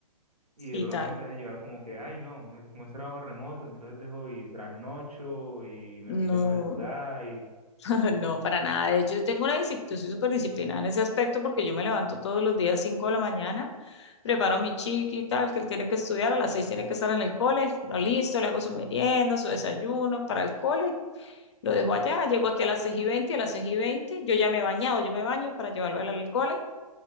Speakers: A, on the left; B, on the right.
A: sí,
B: y de pronto
A: tal.
B: no te dejas llevar como que, ay, no, es como es trabajo remoto, entonces dejo y trasnocho y me
A: No.
B: voy de madrugada y,
A: <laughs> No, para nada. De hecho, tengo una disciplina, yo soy súper disciplinada en ese aspecto porque yo me levanto todos los días 5 de la mañana, preparo a mi chiqui y tal, que él tiene que estudiar, a las seis. tiene que estar en el cole, no listo, le hago su merienda, su desayuno para el cole, lo dejo allá, llego aquí a las 6 y 20. a las seis y veinte, yo ya me he bañado, yo me baño para llevarlo a él al cole,